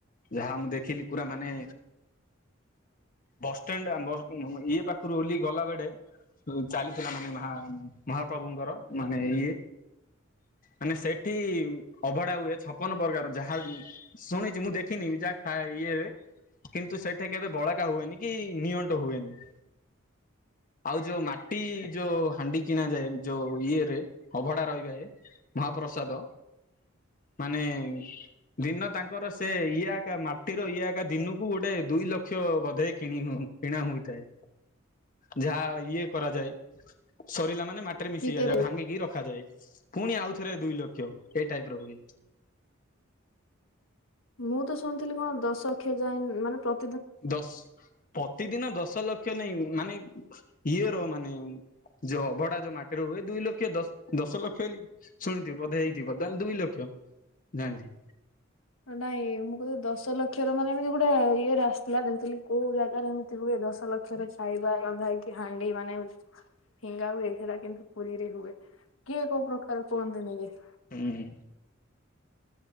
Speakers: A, on the left (about 40°); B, on the left (about 80°).
A: ଯାହା ମୁଁ ଦେଖିଲି ପୁରା ମାନେ ବସ୍ ଷ୍ଟାଣ୍ଡ ଇଏ ପାଖରୁ ଓହ୍ଲାଇ ଗଲା ବଳେ ଚାଲିଥିଲା ମାନେ ମହା ମହାପ୍ରଭୁଙ୍କର ମାନେ ଇଏ ମାନେ ସେଠି ଅଭଢା ହୁଏ ଛପନ ପ୍ରକାର ଯାହା ଶୁଣିଛି ମୁଁ ଦେଖିନି ଯାହା ଖା ଇଏ କିନ୍ତୁ ସେଠି କେବେ ବଳାକା ହୁଏନି କି ନିଅଣ୍ଟ ହୁଏନି। ଆଉ ଯୋଉ ମାଟି ଯୋଉ ହାଣ୍ଡି କିଣ ଯାଏ ଯୋଉ ଇଏ ରେ ଅଭଡା ରହିବେ ମହାପ୍ରସାଦ ମାନେ ଦିନ ତାଙ୍କର ସେ ଇଏ ଏକା ମା ତିର ଇଏ ଏକା ଦିନକୁ ଗୋଟେ ଦୁଇ ଲକ୍ଷ ବୋଧେ କିଣି କିଣା ହୋଇଥାଏ। ଯାହା ଇଏ କରାଯାଏ ସରିଲା ମାନେ ମାଟି ରେ ମିଶି
B: କି କେବେ
A: ଯାଏ ଭାଙ୍ଗିକି ରଖାଯାଏ ପୁଣି ଆଉଥରେ ଦୁଇ ଲକ୍ଷ ଏଇ ଟାଇପ ର ହୁଏ।
B: ମୁଁ ତ ଶୁଣିଥିଲି କଣ ଦଶଲକ୍ଷ୍ୟ ଯାଏ ମାନେ ପ୍ର
A: ଦଶ ପ୍ରତିଦିନ ଦଶ ଲକ୍ଷ ନାଇଁ ମାନେ ଇଏର ମାନେ ଯୋଉ ଅଭଢା ଯୋଉ ମାଟି ର ହୁଏ ଦୁଇ ଲକ୍ଷ ଦଶ ଦଶ ଲକ୍ଷ ହେଲି ଶୁଣିୁଥିବ ବଧେ ହେଇଥିବ ତା ଦୁଇ ଲକ୍ଷ ଜାଣିଥ
B: ନାଇଁ ମୁଁ କଥିଲେ ଦଶ ଲକ୍ଷର ମାନେ ଏମିତି ଗୋଟେ ଇଏରେ ଆସିଥିଲା ଦେମିଥିଲି କୋଉ ଜାଗାରେ ଏମ ଏମିତି ହୁଏ ଦଶ ଲକ୍ଷରେ ଖାଇବା ରନ୍ଧାଇକି ହାଣ୍ଡି ମାନେ ଫିଙ୍ଗା ହୁଏ ସେଟା କିନ୍ତୁ ପୁରୀରେ ହୁଏ କିଏ କୋଉ ପ୍ରକାର କୁହନ୍ତିନି କି।
A: ହୁଁ।